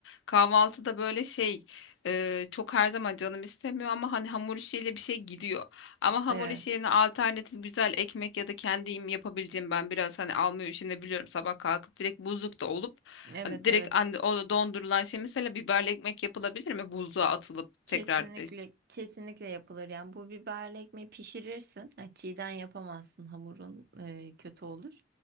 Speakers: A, on the left (about 70°); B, on the right (about 55°).
A: kahvaltıda böyle şey e, çok her zaman canım istemiyor ama hani hamur işiyle bir şey gidiyor. Ama hamur
B: Evet.
A: işi yerine alternatif güzel ekmek ya da kendim yapabileceğim ben biraz hani almaya üşenebiliyorum sabah kalkıp direkt buzlukta olup
B: Evet
A: hani direkt
B: evet
A: hani o dondurulan şey mesela biberli ekmek yapılabilir mi buzluğa atılıp
B: Kesinlikle
A: tekrar
B: kesinlikle yapılır. Yani bu biberli ekmeği pişirirsin. Yani çiğden yapamazsın. Hamurun e, kötü olur.